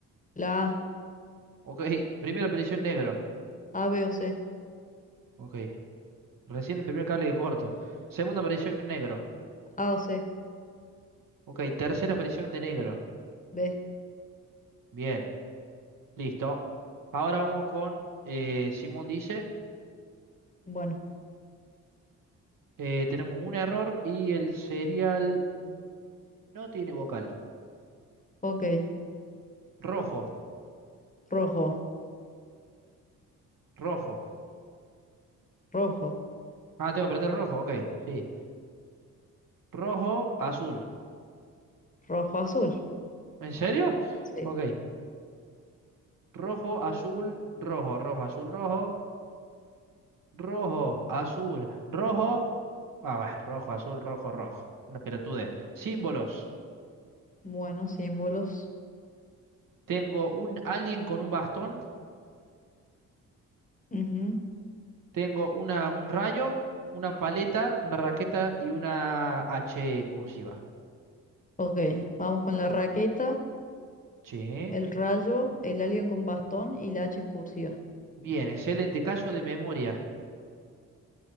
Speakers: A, on the left (about 20°); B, on the right (about 55°).
A: la A,
B: Ok. Primera aparición negro.
A: A, B o C,
B: Ok. Recién el primer cable que corto. Segunda aparición negro.
A: A o C,
B: Ok, tercera aparición de negro.
A: B.
B: Bien, listo. Ahora vamos con eh, Simón dice,
A: Bueno,
B: eh, tenemos un error y el serial mm, no tiene vocal.
A: ok.
B: Rojo,
A: Rojo,
B: rojo.
A: rojo,
B: Ah, tengo que apretar el rojo, ok, sí. Rojo, azul.
A: rojo, azul.
B: ¿En serio?
A: Sí.
B: Ok. Rojo, azul, rojo, rojo, azul, rojo. Rojo, azul, rojo. Ah, bueno, rojo, azul, rojo, rojo. Una pelotude. Símbolos.
A: Bueno, símbolos.
B: Tengo un alguien con un bastón,
A: Ujú.
B: tengo una, un rayo, una paleta, una raqueta y una H en cursiva.
A: Ok, vamos con la raqueta,
B: Sí.
A: el rayo, el alien con bastón y la H en cursiva.
B: Bien, excelente caso de memoria.